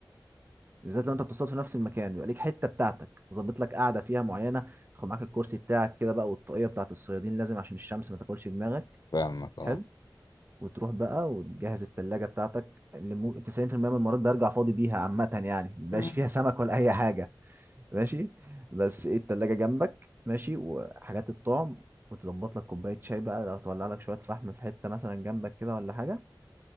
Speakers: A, on the right; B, on the left.
A: بالذات لو انت بتصطاد في نفس المكان بيبقى ليك حته بتاعتك ظابط لك قاعده فيها معينه تاخد معاك الكرسي بتاعك كده بقى والطاقيه بتاعت الصيادين لازم عشان الشمس ما تاكلش دماغك
B: فاهمك اه
A: حلو وتروح بقى وتجهز التلاجة بتاعتك اللي مو... 90% من المرات برجع فاضي بيها عامة يعني مبقاش
B: مم.
A: فيها سمك ولا أي حاجة ماشي بس ايه التلاجة جنبك ماشي وحاجات الطعم وتظبط لك كوباية شاي بقى لو تولع لك شوية فحم في حتة مثلا جنبك كده ولا حاجة